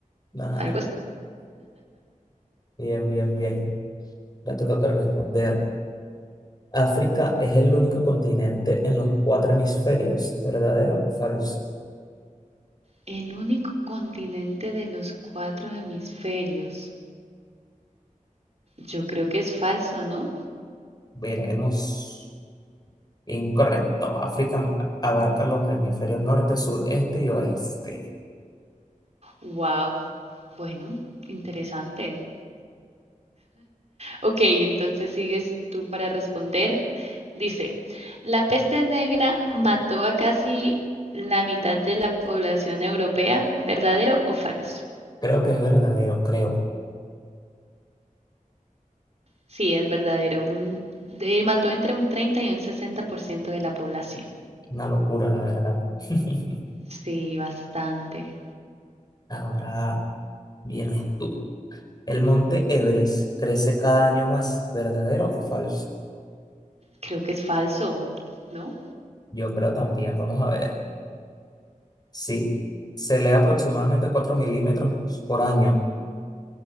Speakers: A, on the left (about 30°); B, on the right (about 50°).
A: Ah,
B: algo así.
A: bien, bien, bien. Ya te toca responder. África es el único continente en los cuatro hemisferios. ¿Verdadero o falso?
B: El único continente de los cuatro hemisferios. Yo creo que es falso, ¿no?
A: Veremos. Incorrecto. África abarca los hemisferios norte, sur, este y oeste.
B: Wow. Bueno, interesante. Ok, entonces sigues tú para responder. Dice, la peste negra mató a casi la mitad de la población europea, ¿verdadero o falso?
A: Creo que es verdadero, creo.
B: Sí, es verdadero. Un, de- mató entre un 30 y un 60% de la población.
A: Una locura, la verdad. <laughs>
B: Sí, bastante.
A: Ahora vienes tú. El monte Everest crece cada año más, ¿verdadero o falso?
B: Creo que es falso, ¿no?
A: Yo creo también. Vamos a ver. Sí. Se lee aproximadamente 4 milímetros por año.